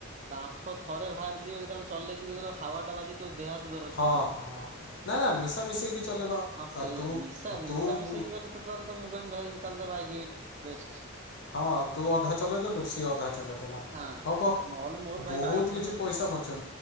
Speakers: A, on the right; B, on the left.
A: ବାମ୍ଫ ଥରେ ବାହାରିଯିବ ଯେତେବେଳେ ଚଲେଇକି ଯିବୁ ହାୱା ଟା ବାଜିକି ତୋ ଦେହ ହାତ ଦରଜ
B: ହଁ
A: କରିଦବ <inaudible>
B: ହଁ ନା ନା ମିଶାମିଶି ହେଇକି ଚଲେଇବା
A: ହଁ ସେଇଆ
B: ତୁ
A: ମିଶା ମିଶା
B: ତୁ ହଁ
A: ମିଶା ହେଇ ଗଲେ ତ ତାହେଲେ ତ ମୁଁ କହିବି ଭାଈ ତାହେଲେ ବାଇକି ବି ବେଷ୍ଟ୍।
B: ହଁ ତୁ ଅଧା ଚଲେଇଦେଲୁ ସିଏ ଅଧା ଚଲେଇଦେଲା
A: ହଁ
B: ହବ
A: ସେ ନହେଲେ ମୋର ଭାଇ
B: ବହୁତ୍
A: ବାଇକ୍ ପସନ୍ଦ
B: କିଛି ପଇସା ବଞ୍ଚେଇ